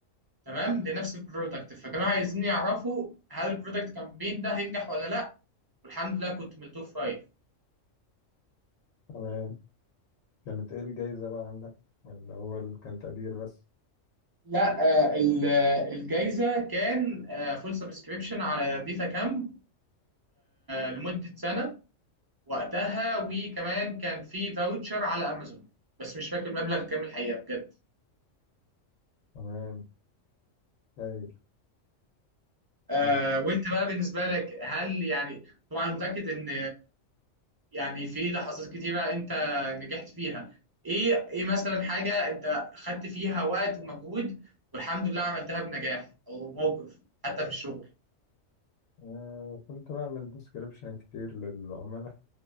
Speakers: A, on the right; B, on the left.
A: تمام لنفس البرودكت فكانوا عايزين يعرفوا هل البرودكت كامبين ده هينجح ولا لا والحمد لله كنت من التوب فايف
B: تمام كانت إيه الجايزة بقى عندك اللي هو اللي كان تقدير بس
A: لا آه، ال- الجايزة كان فول سبسكريبشن على ديتا كامب لمدة سنة وقتها وكمان كان في فاوتشر على امازون بس مش فاكر المبلغ كام الحقيقه بجد
B: تمام هايل
A: آه
B: آه،
A: وانت بقى بالنسبه لك هل يعني طبعا متاكد ان يعني في لحظات كتيره انت نجحت فيها ايه ايه مثلا حاجه انت خدت فيها وقت ومجهود والحمد لله عملتها بنجاح او موقف حتى في الشغل
B: آه، كنت بعمل ديسكريبشن كتير للعملاء